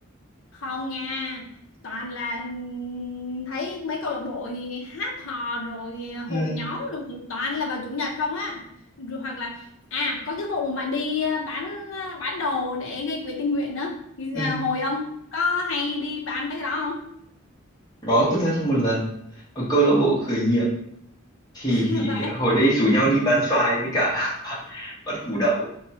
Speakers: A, on the left; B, on the left.
A: không nha toàn là ừm, thấy mấy câu lạc bộ thì hát hò rồi hội
B: Ừ,
A: nhóm rồi thì toàn là vào chủ nhật không á rồi hoặc là à có cái vụ mà đi à, bán à, bán đồ để gây quỹ tình nguyện nữa thì là
B: ừ.
A: hồi ông có hay đi bán mấy cái đó không
B: Đó, tôi tham gia một lần. Ở câu lạc bộ khởi nghiệp thì
A: <laughs> vậy
B: hồi đấy rủ nhau đi bán xoài với cả <laughs> bán, bán củ đậu